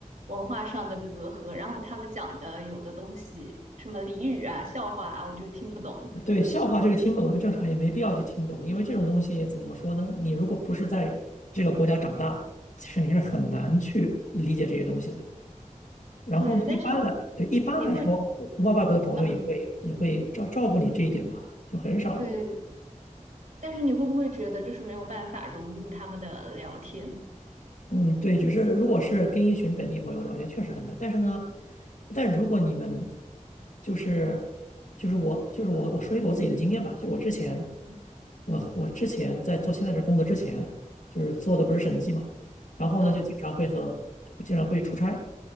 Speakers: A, on the right; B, on the left.
A: 文化上的隔阂，然后他们讲的有的东西，什么俚语啊、笑话啊，我就听不懂。
B: 对，笑话这个听不懂是正常，也没必要去听懂，因为这种东西怎么说呢？你如果不是在这个国家长大，其实你是很难去理解这些东西的。然后呢，
A: 对，
B: 一般来，
A: 但是
B: 对，一般来说，
A: 你会，
B: 外外国的朋友也会也会照照顾你这一点吧，
A: 嗯、
B: 就很少。
A: 对，但是你会不会觉得就是没有办法融入他们的聊天？
B: 嗯，对，就是如果是跟一群本地朋友聊天，确实很难。但是呢，但如果你们就是就是我就是我我说一个我自己的经验吧，就我之前
A: 嗯
B: 我我之前在做现在这工作之前，就是做的不是审计嘛，然后呢就经常会和经常会出差，
A: 嗯